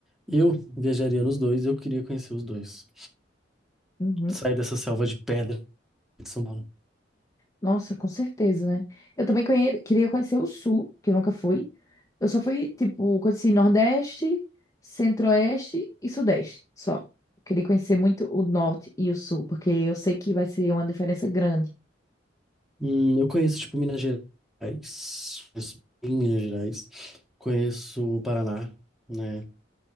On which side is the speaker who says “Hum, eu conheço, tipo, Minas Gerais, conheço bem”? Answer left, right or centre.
Centre